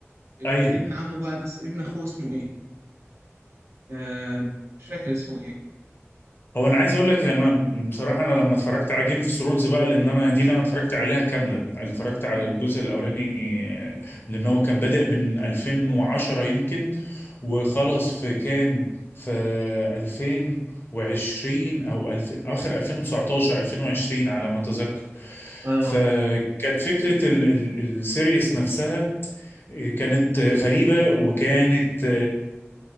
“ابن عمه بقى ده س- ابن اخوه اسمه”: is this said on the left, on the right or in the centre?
Right